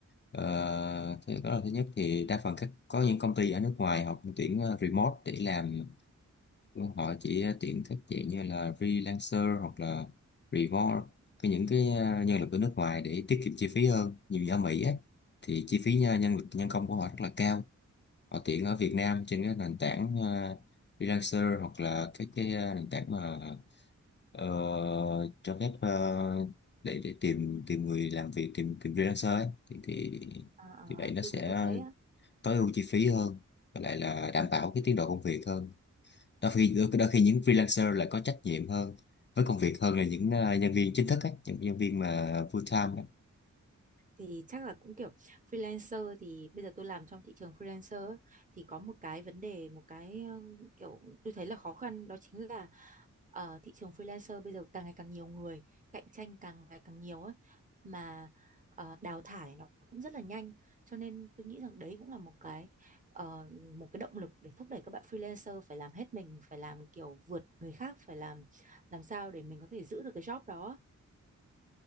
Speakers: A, on the left; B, on the right.
A: ờ, thế đó là thứ nhất thì đa phần các có những công ty ở nước ngoài họ cũng tuyển ờ, remote để làm họ chỉ tuyển các dạng như là freelancer hoặc là remote cái những cái ờ, nhân lực ở nước ngoài để tiết kiệm chi phí hơn nhiều như ở Mỹ ấy, thì chi phí nhân nhân lực nhân công của họ rất là cao họ tiện ở Việt Nam trên cái nền tảng uh, freelancer hoặc là cái cái ờ, nền tảng mà ờ, cho phép ờ, để để tìm tìm người làm việc tìm tìm freelancer ấy. thì thì
B: Ờ, ờ,
A: thì vậy nó
B: tôi
A: sẽ
B: cũng có thấy á
A: tối ưu chi phí hơn và lại là đảm
B: ừ.
A: bảo cái tiến độ công việc hơn đôi khi
B: Ừ.
A: đôi khi những freelancer là có trách nhiệm hơn với công việc hơn là những ờ, nhân viên chính thức ấy, những nhân viên mà full time ấy.
B: Thì chắc là cũng kiểu freelancer thì bây giờ tôi làm trong thị trường freelancer á, thì có một cái vấn đề một cái ờ, kiểu tôi thấy là khó khăn đó chính là ở thị trường freelancer bây giờ càng ngày càng nhiều người cạnh tranh càng ngày càng nhiều ấy mà ờ, đào thải nó cũng rất là nhanh cho nên tôi nghĩ rằng đấy cũng là một cái ờ, một cái động lực để thúc đẩy các bạn freelancer phải làm hết mình phải làm kiểu vượt người khác phải làm làm sao để mình có thể giữ được cái job đó